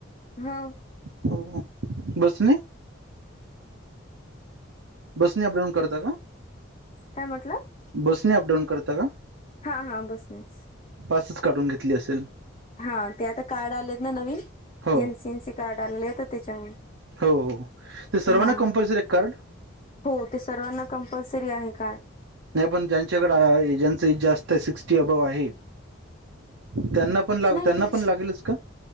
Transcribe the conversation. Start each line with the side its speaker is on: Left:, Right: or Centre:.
Left: हो
Right: हो बस ने बसनी अडाऊन करता का?
Left: काय म्हटलं
Right: बसणे अपडाऊन करता का?
Left: हा हा बसनेच
Right: पासच काढून घेतली असेल.
Left: हा ते आता कार्ड आले आहेत ना नवीन
Right: हो
Left: एनसीएन सी कार्ड आलेले आहेत त्याच्यामुळे.
Right: हो हो ते सर्वांना
Left: हा
Right: कंपल्सरी का कार्ड
Left: हो ते सर्वांना कंपल्सरी आहे कार्ड
Right: नाही पण ज्यांच्याकडे ज्यांच एज जास्त आहे सिक्स्टी अबव आहे. त्यांना पण लाग
Left: नाही
Right: त्यांना पण लागेलच का?